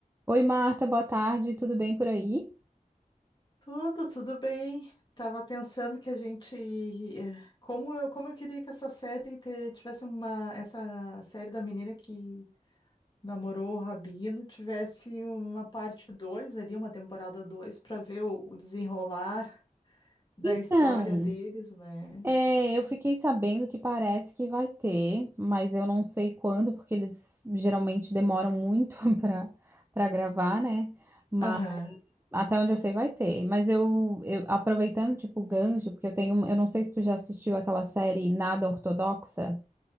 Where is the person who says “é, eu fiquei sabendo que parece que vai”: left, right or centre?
Right